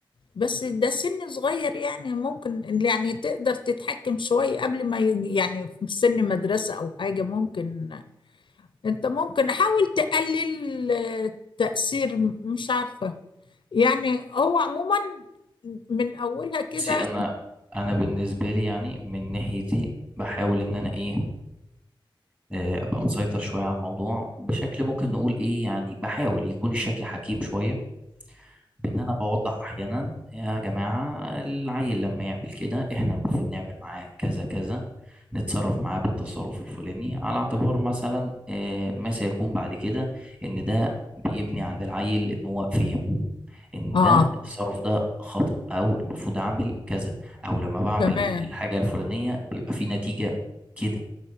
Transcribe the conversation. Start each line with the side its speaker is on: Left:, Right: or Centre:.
Left: بس ده سن صغير يعني ممكن يعني تقدر تتحكم شوية قبل ما يج- يعني في سن مدرسة أو حاجة ممكن أنت ممكن حاول تقلل آه، تأثير مش عارفة يعني هو عموما من أولها كده
Right: بصي انا انا بالنسبه لي يعني من ناحيتي بحاول ان انا ايه آه، ابقى مسيطر شويه على الموضوع بشكل ممكن نقول ايه يعني بحاول يكون الشكل حكيم شويه بان انا بوضح احيانا يا جماعه العيل لما يعمل كده احنا المفروض نعمل معاه كذا كذا نتصرف معاه بالتصرف الفلاني على اعتبار مثلا آه، ما سيكون بعد كده ان ده بيبني عند العيل ان هو فهم ان
Left: آه
Right: ده التصرف ده خطأ او المفروض اعمل كذا او لما بعمل
Left: تمام
Right: الحاجة الفلانية بيبقى في نتيجة كده